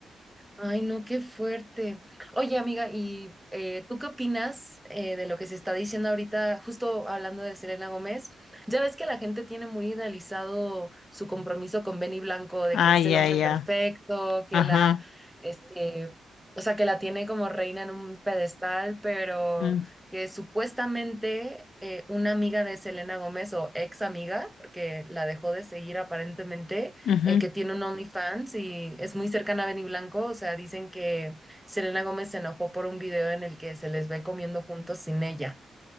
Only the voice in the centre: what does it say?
Ay, no, qué fuerte. Oye, amiga, ¿y eh, tú qué opinas eh, de lo que se está diciendo ahorita, justo hablando de Selena Gómez? Ya ves que la gente tiene muy idealizado su compromiso con Benny Blanco, de
que él es
el hombre
perfecto, que
la, este, o sea, que la tiene como reina en un pedestal, pero
que supuestamente eh, una amiga de Selena Gómez o ex amiga, porque la dejó de seguir aparentemente
eh, que tiene un OnlyFans y es muy cercana a Benny Blanco. O sea, dicen que Selena Gómez se enojó por un video en el que se les ve comiendo juntos sin ella.